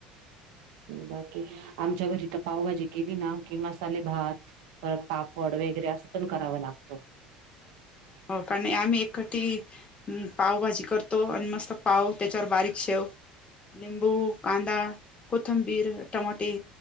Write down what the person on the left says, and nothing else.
हो कां नाहीं आम्हीं एकटी पावभाजी करतो आणि मस्तं पाव त्यांच्यावर बारीक शेव निबू कांदा कोथंबीर टमाटे